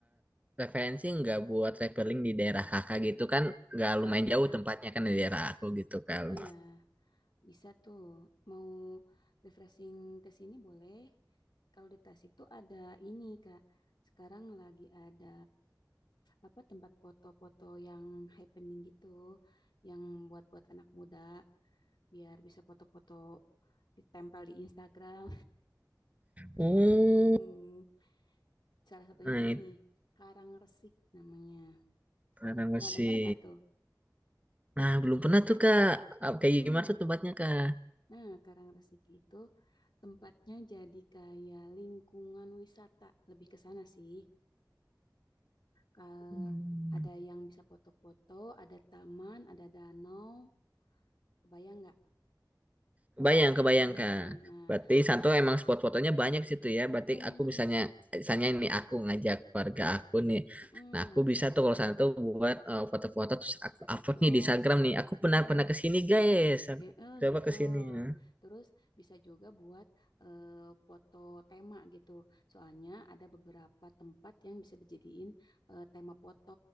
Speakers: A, on the right; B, on the left.
A: referensi nggak buat traveling di daerah kakak gitu kan? Nggak
B: Mm-mm.
A: lumayan jauh tempatnya kan di daerah aku gitu kalau.
B: Iya, bisa tuh. Mau refreshing ke sini boleh. Kalau di Tasik tuh ada ini, Kak. Sekarang lagi ada apa tempat foto-foto yang happening gitu, yang buat-buat anak muda biar bisa foto-foto ditempel di Instagram.
A: Oh,
B: <laughs> Mm-mm. Salah satunya
A: nah
B: ini, Karang Resik namanya.
A: itu
B: Pernah
A: sih.
B: dengar nggak tuh?
A: Nah, belum pernah tuh Kak. Ap- Kayak
B: Mm.
A: gimana tuh tempatnya Kak?
B: Nah, Karangrasik itu tempatnya jadi kayak lingkungan wisata, lebih ke sana sih. Ke,
A: Hmm.
B: ada yang bisa foto-foto, ada taman, ada danau, kebayang nggak?
A: Kebayang, kebayang
B: Mm,
A: Kak.
B: nah,
A: Berarti
B: un-
A: Santo emang spot fotonya banyak situ ya. Berarti
B: mm-mm,
A: aku misalnya, misalnya ini aku ngajak keluarga aku nih.
B: mm-mm.
A: Nah, aku bisa tuh kalau Santo buat eh, foto-foto terus aku
B: Foto-foto,
A: upload nih di Instagram nih. Aku pernah
B: iya.
A: pernah ke sini guys. Aku
B: Eh, eh,
A: coba
B: gitu.
A: ke sini ya.
B: Terus bisa juga buat eh, foto tema gitu. Soalnya ada beberapa tempat yang bisa dijadiin eh, tema foto.